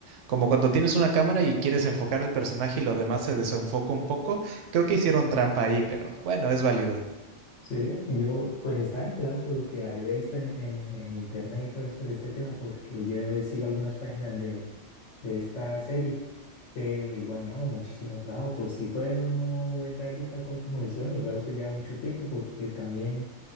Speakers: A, on the right; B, on the left.
A: como cuando tienes una cámara y quieres enfocar al personaje y lo demás se desenfoca un poco, creo que hicieron trampa ahí, pero bueno, es válido.
B: Sí, yo pues estaba enterado por lo que había visto en, en- en internet y todo eso de este tema, porque yo sigo algunas páginas de, de esta serie, pero igual no, muchísimo trabajo. Pues si fue o no verdad, si tal cual como lo hicieron, igual eso lleva mucho tiempo, porque también